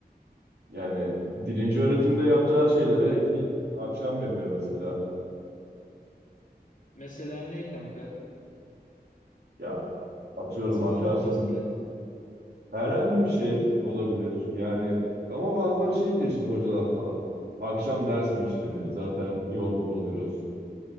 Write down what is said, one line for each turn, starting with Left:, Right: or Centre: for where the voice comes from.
Right: Yani birinci öğretimde yapacağı şeyleri iki, akşam yapıyor mesela.
Left: Mesela ne kanka?
Right: Ya atıyorum
Left: Spor
Right: arkadaşlar
Left: mu mesela?
Right: Herhangi bir şey olabilir. Yani ama bazıları şey diyor işte hocalar falan. Akşam ders mi işlenir? Zaten yorgun oluyoruz